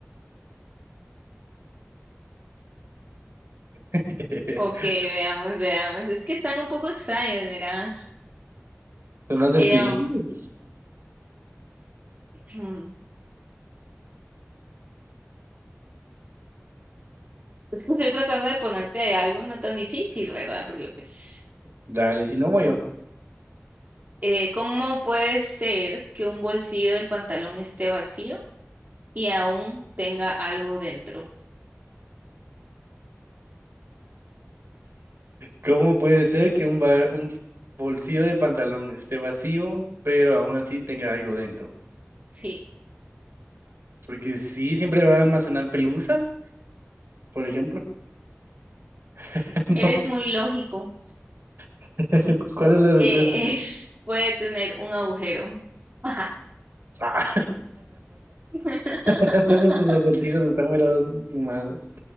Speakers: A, on the right; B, on the right.
A: <laughs>
B: ok, veamos, veamos. Es que están un poco extraños, mira.
A: Son acertijos.
B: Eh, oh, hmm, Es que estoy tratando de ponerte algo no tan difícil, ¿verdad? Porque pues,
A: Dale, si no voy yo.
B: eh, ¿cómo puede ser que un bolsillo del pantalón esté vacío y aún tenga algo dentro.
A: ¿Cómo puede ser que un, ba- un bolsillo de pantalón esté vacío, pero aún así tenga algo dentro?
B: Sí,
A: Porque sí, siempre va a almacenar pelusa, por ejemplo. <laughs> No.
B: eres muy lógico.
A: <laughs> ¿Cuál es la respuesta?
B: Eh, es- puede tener un agujero. Ajá.
A: Ah.
B: <laughs>
A: <laughs> Esos acertijos están meros fumados.